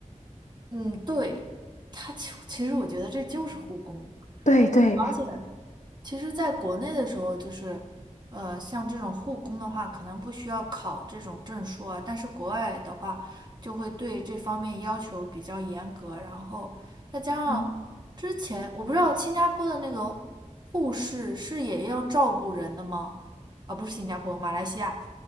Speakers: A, on the right; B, on the left.
A: 嗯，对，他其其实我觉得这就是护工，
B: 对对，
A: 而且。其实，在国内的时候，就是，呃，像这种护工的话，可能不需要考这种证书啊。但是国外的话，就会对这方面要求比较严格。然后再加上之前，
B: 嗯，
A: 我不知道新加坡的那个护士是也要照顾人的吗？啊、不是新加坡，马来西亚。